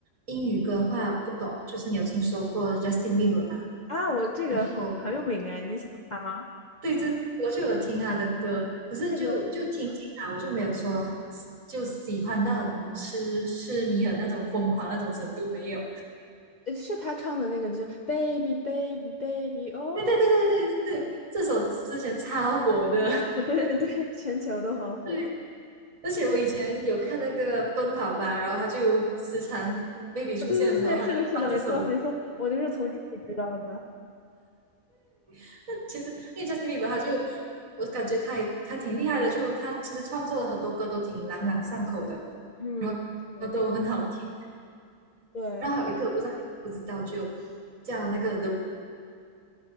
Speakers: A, on the right; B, on the left.
A: 英语歌的话不懂，就是你有听说过 Justin Bieber 吗？
B: 啊，我这个很很有名哎，
A: 然后
B: 你喜欢他吗？
A: 对这我就有听他的歌，可是就就听听啊，
B: 是那个，嗯
A: 我就没有说就喜欢到很痴痴迷的那种疯狂那种程度没有。
B: 呃是他唱的那个，就是 Baby Baby Baby 哦，
A: 对对对对对对对，这首之前超火的，
B: 哦对对对，全球都很火。
A: <laughs> 对而且我以前有看那个《奔跑吧》，然后他就时常 baby 出现的时候，
B: 哦，对对对，对，
A: 他就会放这首。
B: 是的，是的，没错没错，我就是从这里知道的。
A: <laughs> 那其实因为 Justin Bieber，他就我感觉他也他挺厉害的，就他其实创作了很多歌都挺朗朗上口的，
B: 嗯，
A: 然后都很好听。
B: 是对，
A: 然后还有一个我不知道你知不知道，就叫那个 The